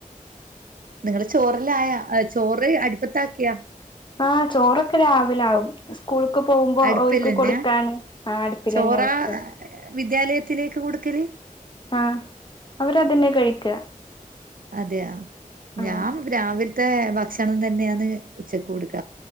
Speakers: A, on the right (about 80°); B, on the left (about 35°).
A: നിങ്ങള ചോറല്ലായ ചോറ് അടിപ്പത്താക്കിയാ
B: ആ ചോറൊക്കെ രാവിലെ ആവും സ്കൂള്ക്ക് പോകുമ്പോ
A: അടുപ്പിലന്നെ
B: ഓര്ക്ക് കൊടുക്കാന് ആ അടുപ്പിൽ
A: ചോറാ
B: തന്നെയാ വെക്ക
A: വിദ്യാലയത്തിലേക്ക് കൊടുക്കല്
B: ആ അവര് അതെന്നയാ കഴിക്ക
A: അതെയാ ഞാൻ
B: ആഹ്
A: രാവിലത്തെ ഭക്ഷണം തന്നെയന്ന് ഉച്ചക്ക് കൊടുക്ക